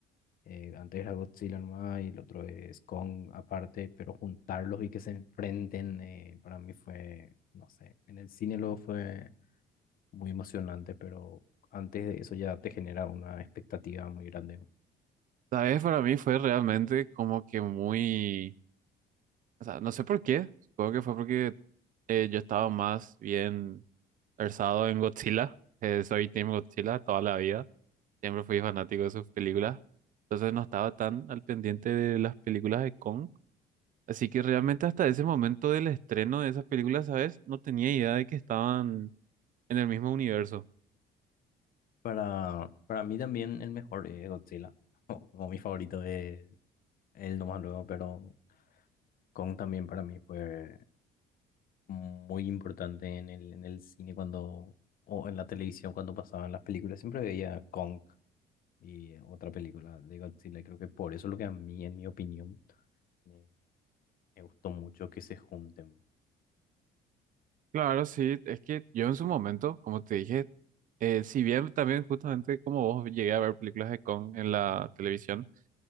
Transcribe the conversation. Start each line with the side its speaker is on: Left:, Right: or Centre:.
Left: Eh, antes era Godzilla nomás y el otro es Kong aparte, pero juntarlos y que se enfrenten eh, para mí fue, no sé, en el cine luego fue muy emocionante, pero antes de eso ya te genera una expectativa muy grande.
Right: ¿Sabes? Para mí fue realmente como que muy, o sea, no sé por qué, supongo que fue porque eh, yo estaba más bien versado en Godzilla, eh, soy Team Godzilla toda la vida, siempre fui fanático de sus películas, entonces no estaba tan al pendiente de las películas de Kong, así que realmente hasta ese momento del estreno de esas películas, ¿sabes? No tenía idea de que estaban en el mismo universo.
Left: Para, para mí también el mejor es Godzilla, <laughs> como mi favorito es él nomás luego, pero Kong también para mí fue muy importante en el, en el cine cuando, o en la televisión cuando pasaban las películas, siempre veía Kong y eh, otra película de Godzilla. y Creo que por eso lo que a mí, en mi opinión, me, me gustó mucho que se junten.
Right: Claro, sí, es que yo en su momento, como te dije, eh, si bien también justamente como vos llegué a ver películas de Kong en la televisión,